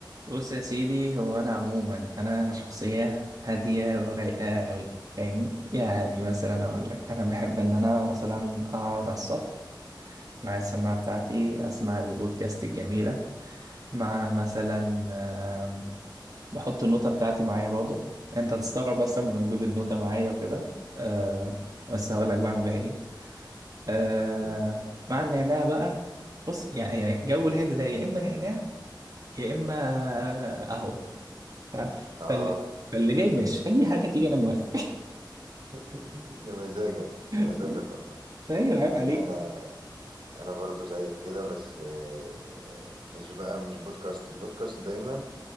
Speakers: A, on the right; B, on the right.
A: بص يا سيدي هو انا عموما انا شخصيه هاديه ورايقه قوي فاهمني يعني مثلا اقول لك انا بحب ان انا مثلا اقعد على السطح مع السماعه بتاعتي اسمع البودكاست الجميله مع مثلا آم، بحط النوتة بتاعتي معايا برضو انت هتستغرب اصلا من وجود النوتة معايا وكده آه، بس
B: مم.
A: هقول لك بعمل بيها ايه آه،
B: جميل
A: مع النعناع بقى بص يعني يعني جو الهادي ده يا اما نعناع يا اما قهوه ف-
B: اه
A: فاللي فاللي جاي ماشي اي حاجه تيجي انا موافق
B: <laughs> يا مزاجك
A: <laughs>
B: يا مزاجك والله
A: ايوه عيب عليك
B: انا انا برضو زيك كده بس آه، مش بقى مش بودكاست البودكاست دايما